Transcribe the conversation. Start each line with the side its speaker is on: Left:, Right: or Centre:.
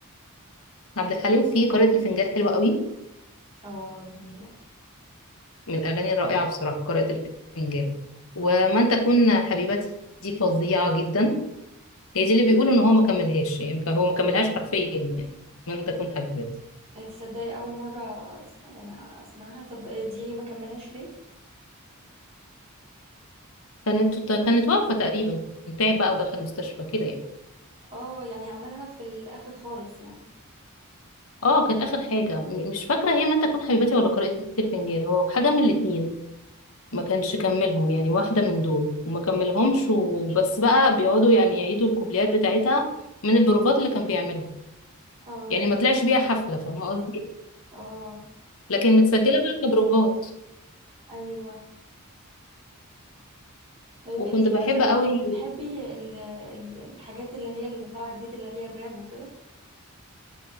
Left: عبد الحليم في قارئة الفنجان حلوه قوي
Right: اه جميله
Left: من الاغاني الرائعه بصراحه قارئة الفنجان ومن تكون حبيبتي دي فظيعه جدا هي دي اللي بيقولوا ان هو ما كملهاش يعني هو ما كملهاش حرفيا يعني من تكون حبيبتي
Right: إيه، تصدقي اول مره أسمع يعني اسمعها طب دي ما كملهاش ليه
Left: كانت كانت واقفه تقريبا تعب بقى ودخل مستشفى كده يعني
Right: اه يعني عملها في الاخر خالص يعني
Left: اه كانت اخر حاجه م- مش فاكره هي من تكون حبيبتي ولا قارئة الفنجان هو حاجه من الاتنين ما كانش كملهم يعني واحده من دول وما كملهمش وبس بقى بيقعدوا يعني يعيدوا الكوبليات بتاعتها من البروفات اللي كان بيعملها
Right: اه
Left: يعني ما طلعش بيها حفله فاهمه قصدي
Right: اه
Left: لكن متسجله بقى كبروفات
Right: ايوه طيب
Left: وكنت
Right: انت
Left: بحب
Right: مثلا
Left: قوي
Right: بتحبي ال- ال- الحاجات اللي هي اللي طالعه جديد اللي هي الراب وكده